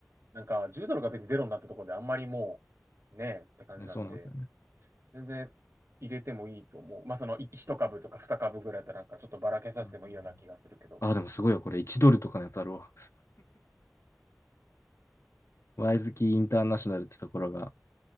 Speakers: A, on the right; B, on the left.
A: なんか、10ドルが別にゼロになったところであんまりもう、ねえって感じなんで、
B: ね、そうなんだよね。
A: 全然入れてもいいと思う。まあ、その、い一株とか二株ぐらいだったらなんかちょっとばらけさせてもいいような気がするけど。
B: うんあ、でもすごいよ、これ1ドルとかのやつあるわ。ワイズキーインターナショナルってところが